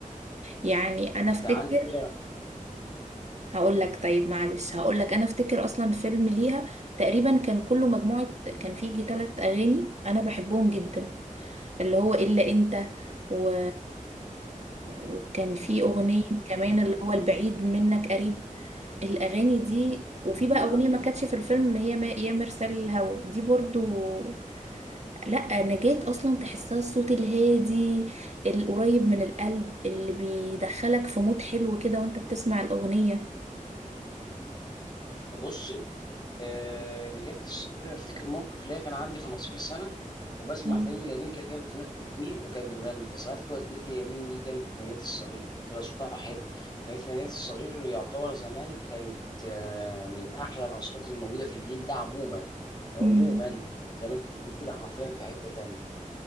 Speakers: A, on the right; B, on the left.
A: يعني انا
B: كنت
A: افتكر
B: عندي كده
A: هقول لك طيب معلش هقول لك انا افتكر اصلا فيلم ليها تقريبا كان كله مجموعة كان فيه يجي تلات اغاني انا بحبهم جدا اللي هو الا انت و... وكان فيه اغنية كمان اللي هو البعيد منك قريب الاغاني دي
B: <laughs>
A: وفي بقى اغنية ما كانتش في الفيلم هي ما... يا مرسال الهوى دي برضو لا نجاة اصلا تحسها الصوت الهادي القريب من القلب اللي بيدخلك في مود حلو كده وانت بتسمع الاغنية
B: بصي آه، نجاة الصغير أنا افتكر موقف ليا كان عندي 15 سنه وبسمع
A: مم.
B: فيلم قديم كانت هي بتمثل فيه وكانت بتغني فسألت والدتي يا مين دي قالت دنيا الصغير قلت لها صوتها حلو قالت لي دنيا الصغير يعتبر زمان كانت آه، من أحلى الأصوات اللي موجودة في الجيل ده عموما عموما
A: مم.
B: زي ما انت بتقول كده حرفيا في حتة تانية